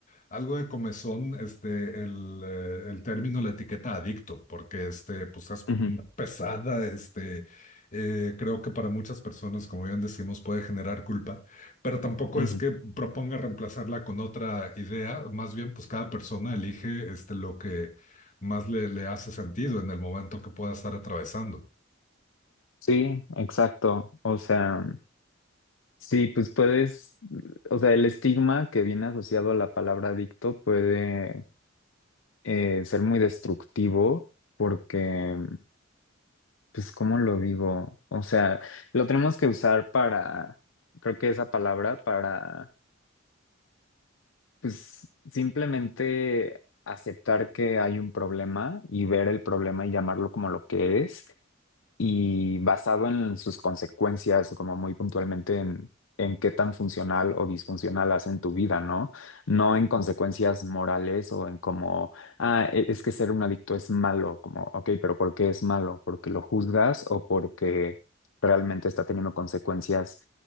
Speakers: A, on the left; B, on the left.
A: Algo de comezón, este, el, eh, el término, la etiqueta adicto, porque este, pues es
B: Ujú,
A: mm, pesada, este, eh, creo que para muchas personas, como bien decimos, puede generar culpa, pero tampoco
B: ujú.
A: es que proponga reemplazarla con otra idea, más bien pues cada persona elige este, lo que más le, le hace sentido en el momento que pueda estar atravesando.
B: Sí, exacto. O sea, sí, pues puedes, o sea, el estigma que viene asociado a la palabra adicto puede eh, ser muy destructivo porque, pues, ¿cómo lo digo? O sea, lo tenemos que usar para, creo que esa palabra para Pues simplemente aceptar que hay un problema y ver el problema y llamarlo como lo que es y basado en sus consecuencias, como muy puntualmente en, en qué tan funcional o disfuncional hacen tu vida, ¿no? No en consecuencias morales o en como, ah, e- es que ser un adicto es malo, como, ok, pero ¿por qué es malo? ¿Porque lo juzgas o porque realmente está teniendo consecuencias